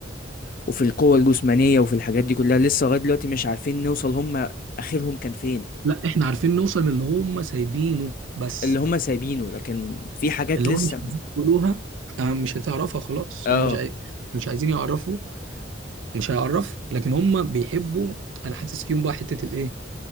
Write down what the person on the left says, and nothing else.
وفي القوة الجسمانية وفي الحاجات دي كلّها، لسه لغاية دلوقتي مش عارفين نوصل هم آخرهم كان فين،
اللي هم سايبينه، لكن في حاجات
لسه
م
آه،